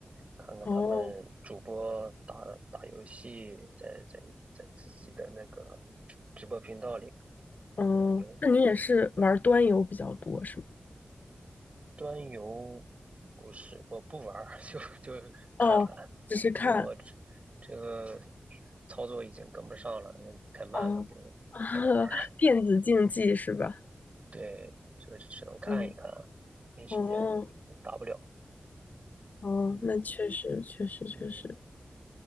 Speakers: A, on the right (about 45°); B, on the left (about 55°).
A: 看看他们主播打打游戏在，
B: 哦
A: 在在自己的那个直播频道里，
B: 哦，
A: 嗯、有。
B: 那你也是玩端游比较多是吗？
A: 端游不是，我不玩儿，<laughs> 就就是看看，
B: 哦，只是看
A: 因为我这这个操作已经跟不上了，太慢了，
B: 哦，
A: 就
B: <laughs>
A: 不能玩儿。
B: 电子竞技是吧？
A: 对，这个只能看一看啊，
B: 嗯，
A: 没时间，
B: 哦
A: 打不了。
B: 哦，
A: 嗯
B: 那确实确实确实。
A: 嗯，